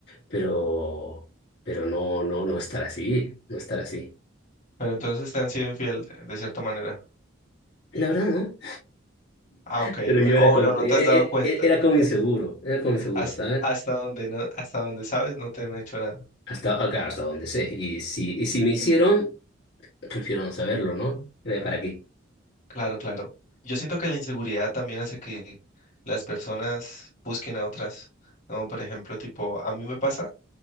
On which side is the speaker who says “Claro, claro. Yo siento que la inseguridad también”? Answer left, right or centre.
Left